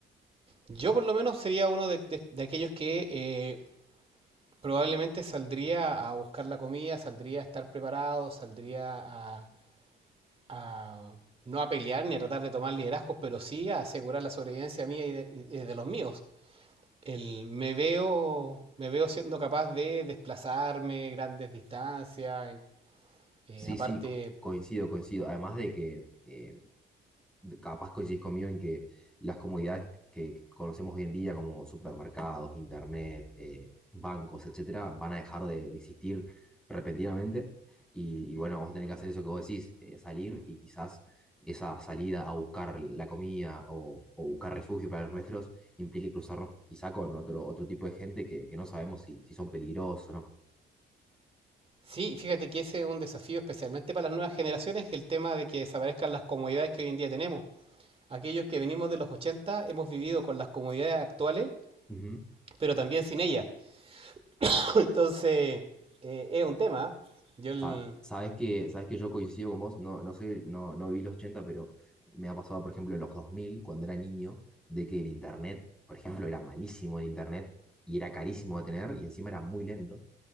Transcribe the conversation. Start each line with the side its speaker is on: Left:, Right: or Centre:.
Right: Yo por lo menos sería uno de, de- de aquellos que eh, probablemente saldría a buscar la comida, saldría a estar preparado, saldría a, a no a pelear ni a tratar de tomar liderazgos, pero sí a asegurar la sobrevivencia mía y de y de los míos. El, me veo, me veo siendo capaz de desplazarme grandes distancias. eh,
Centre: Sí,
Right: aparte,
Centre: sí, co- coincido, coincido. Además de que eh, capaz coincidís conmigo en que las comodidades que conocemos hoy en día, como supermercados, internet, eh, bancos, etcétera, van a dejar de, de existir repentinamente. Y, y, bueno, vamos a tener que hacer eso que vos decís, eh, salir y quizás esa salida a buscar la comida o, o, buscar refugio para los nuestros implique cruzarnos quizá con otro, otro tipo de gente que, que no sabemos si, si son peligrosos o no.
Right: sí, fíjate que ese es un desafío especialmente para las nuevas generaciones, el tema de que desaparezcan las comodidades que hoy en día tenemos. Aquellos que venimos de los 80 hemos vivido con las comodidades actuales,
Centre: Ujú.
Right: pero también sin ellas. <coughs> <laughs> Entonces, eh, es un tema. Yo, el-
Centre: Sa- Sabes que, sabes que yo coincido con vos, no, no sé, no, no viví los 80 pero me ha pasado, por ejemplo, en los 2000 cuando era niño, de que el internet, por ejemplo, era malísimo el internet y era carísimo de tener y encima era muy lento.